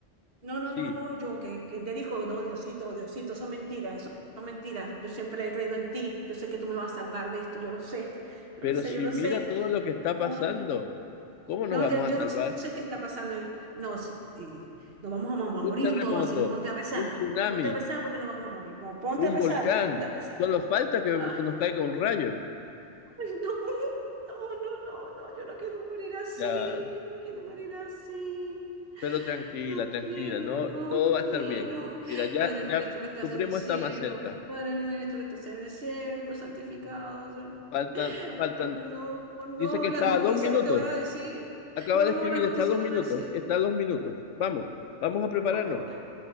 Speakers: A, on the right; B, on the left.
A: No, no,
B: Sí,
A: no, no, yo que, que te dijo, no, Diosito, Diosito, son mentiras, son son mentiras. Yo siempre he creído en ti, yo sé que tú me vas a salvar de esto, yo lo sé, yo
B: pero
A: lo sé,
B: si
A: yo lo
B: mira
A: sé.
B: todo lo que está pasando,
A: No,
B: ¿cómo nos
A: no,
B: vamos
A: ya- yo
B: a salvar?
A: no sé qué está pasando. No, sí, y nos vamos a, mo- a morir
B: Un terremoto,
A: todos, así que ponte a rezar,
B: un tsunami,
A: ponte a rezar porque nos vamos a morir. No, ponte
B: un
A: a rezar,
B: volcán.
A: ponte a rezar.
B: Solo falta que nos
A: Ay,
B: caiga un rayo.
A: ay, no, <laughs> no, no, no, no, yo no quiero morir así,
B: Ya,
A: no quiero morir así.
B: pero tranquila,
A: No
B: tranquila,
A: quiero,
B: no,
A: no
B: todo va
A: quiero.
B: a estar bien. Mira, ya,
A: Padre
B: ya,
A: nuestro que estás
B: tu primo
A: en el cielo,
B: está más cerca.
A: Padre nuestro que estás en el cielo, santificado. sea-
B: Faltan, faltan,
A: Ay, no, no,
B: dice que está
A: las noticias,
B: a dos minutos.
A: lo que van a decir.
B: Acaba
A: No,
B: de
A: no,
B: escribir,
A: las noticias
B: está a dos
A: van
B: minutos,
A: a decir.
B: está a dos minutos. Vamos, vamos a prepararnos.
A: Ahora.